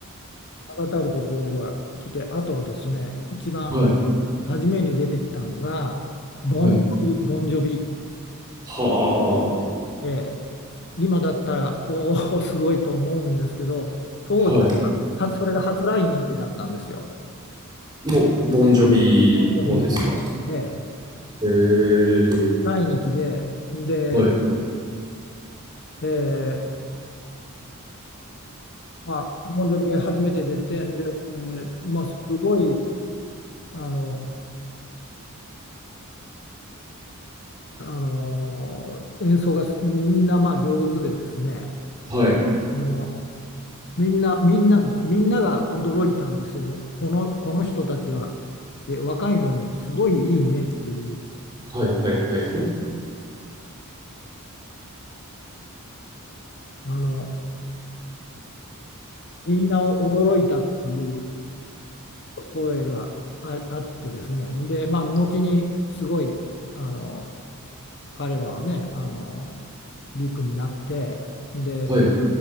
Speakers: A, on the left; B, on the right.
A: がたるところが来て、あとですね、一番
B: はい、
A: 初めに出てきたのが、ボンジョビ、
B: はい、
A: ボンジョビ
B: は
A: で、今だったら、おお、すごいと思うんですけど、当時は、
B: あ、はい。
A: はそれが初来日だったんですよ。
B: もう、ボンジョビもですか。
A: ボンジョビの
B: へ
A: で、
B: えー、
A: 来日で、で、
B: はい、
A: えーまあ、ボンジョビが初めて出て、で、えーまあ、すごい、あの、あの演奏がみんなまあ上手でですね、
B: はい、
A: あのみんな、みんな、みんなが驚いたんですよ。この、この人たちは、え、若いのにすごいいいねっていう、
B: はい、はい、はい、はい。
A: あの、みんなを驚いたっていう声があ、あってですね。で、まあ、後にすごい、あの、彼らはね、あの、ビッグになって、で、
B: はい。